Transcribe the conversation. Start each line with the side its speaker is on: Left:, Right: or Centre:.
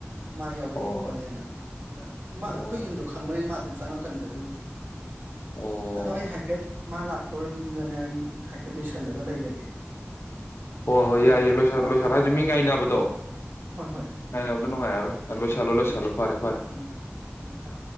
Right: ꯃꯥ ꯌꯧꯔꯛꯑꯦ
Left: ꯑꯣ
Right: ꯈꯣꯠꯂꯛꯑꯦꯅ ꯑꯗ ꯃꯥ
Left: ꯑꯣ
Right: ꯑꯈꯣꯏ ꯌꯨꯝꯁꯨ ꯈꯪꯕꯅꯤꯅ ꯃꯥ ꯑꯗꯨꯝ ꯆꯪꯉꯛꯀꯅꯤꯗ ꯑꯗꯨꯕꯨꯗꯤ
Left: ꯑꯣ
Right: ꯑꯗꯣ ꯑꯩ ꯍꯥꯏꯐꯦꯠ ꯃꯥ ꯂꯥꯛꯇꯣꯝꯅꯅꯦ ꯑꯩ ꯍꯥꯏꯐꯦꯠ ꯂꯣꯏꯁꯜꯂꯒ ꯂꯩꯔꯒꯦ
Left: ꯍꯣꯏ ꯍꯣꯏ
Right: ꯍꯣꯔꯦꯟ
Left: ꯌꯥꯏꯌꯦ ꯂꯣꯏꯁꯜꯂꯣ
Right: ꯍꯜꯂꯛ
Left: ꯂꯣꯏꯁꯜꯂꯣ
Right: ꯍꯜꯂꯛꯑꯒ
Left: ꯍꯥꯏꯗꯤ ꯃꯤ
Right: ꯑꯃꯨꯛ
Left: ꯉꯥꯏꯅꯕꯗꯣ
Right: ꯎꯝ ꯍꯣꯏ ꯍꯣꯏ
Left: ꯉꯥꯏꯅꯕꯗꯣ ꯅꯨꯡꯉꯥꯏꯔꯔꯣꯏ ꯂꯣꯏꯁꯤꯜꯂꯣ ꯂꯣꯏꯁꯜꯂꯣ
Right: ꯎꯝ
Left: ꯐꯔꯦ ꯐꯔꯦ
Right: ꯎꯝ ꯊꯝꯃꯦ ꯊꯝꯃꯦ